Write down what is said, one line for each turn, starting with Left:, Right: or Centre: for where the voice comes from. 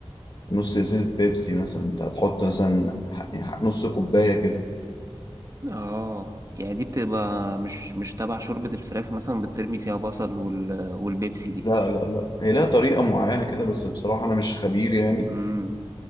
Left: نص ازازة بيبسي مثلا انت هتحط مثلا ح- يعني نص كوباية كده
Right: اه يعني دي بتبقى مش مش تبع شوربة الفراخ مثلا بترمي فيها بصل وال... والبيبسي دي
Left: لا لا لا هي لها طريقة معينة كده بس بصراحة أنا مش خبير يعني
Right: امم